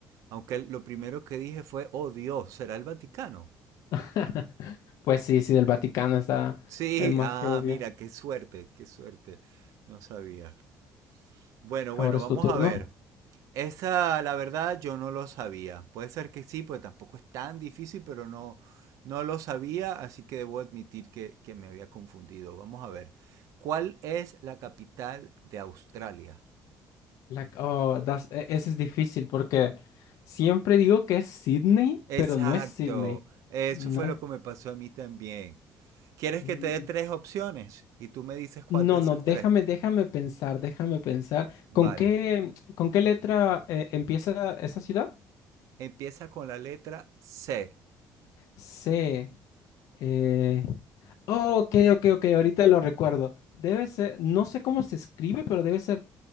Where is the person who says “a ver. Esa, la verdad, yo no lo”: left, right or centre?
Right